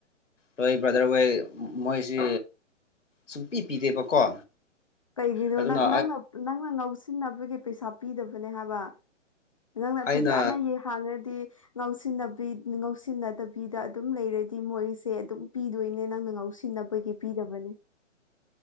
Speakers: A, on the left (about 75°); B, on the left (about 30°).
A: ꯍꯣꯏ ꯕ꯭ꯔꯗꯔ ꯍꯣꯏ ꯃꯣꯏꯁꯤ ꯁꯨꯡꯄꯤ ꯄꯤꯗꯦꯕꯀꯣ
B: ꯀꯩꯒꯤꯅꯣ
A: ꯑꯗꯨꯅ
B: ꯅꯪ ꯅꯪꯅ ꯅꯪꯅ ꯉꯥꯎꯁꯤꯟꯅꯕꯒꯤ ꯄꯩꯁꯥ ꯄꯤꯗꯕꯅꯦ ꯍꯥꯏꯕ ꯅꯪꯅ
A: ꯑꯩꯅ
B: ꯐꯖꯅ ꯌꯦ ꯍꯥꯡꯉꯗꯤ ꯉꯥꯎꯁꯤꯟꯅꯕꯤ ꯉꯥꯎꯁꯤꯟꯅꯗꯕꯤꯗ ꯑꯗꯨꯝ ꯂꯩꯔꯗꯤ ꯃꯣꯏꯁꯦ ꯑꯗꯨꯝ ꯄꯤꯗꯣꯏꯅꯦ ꯅꯪꯅ ꯉꯥꯎꯁꯤꯟꯅꯕꯒꯤ ꯄꯤꯗꯕꯅꯦ